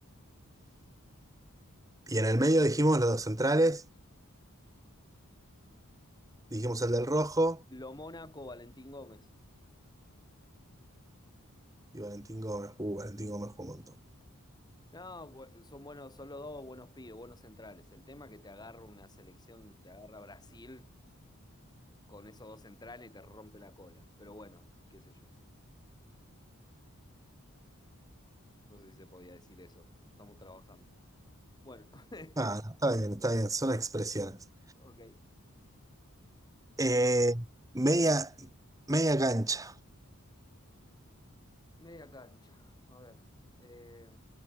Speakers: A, on the right; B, on the left.
A: Y en el medio dijimos los dos centrales, dijimos el del Rojo
B: Lo Mónaco, Valentín Gómez.
A: y Valentín Gómez. Uh, Valentín Gómez jugó un montón.
B: No, bu- son buenos, son los dos buenos pibes, buenos centrales. El tema es que te agarra una selección, te agarra Brasil con esos dos centrales y te rompe la cola. Pero bueno, qué sé yo. No sé si se podía decir eso. Estamos trabajando. Bueno, <laughs>
A: Ah, no, está bien, está bien, son expresiones.
B: ok. Eh,
A: Eh, media, media cancha.
B: media cancha. A ver. eh,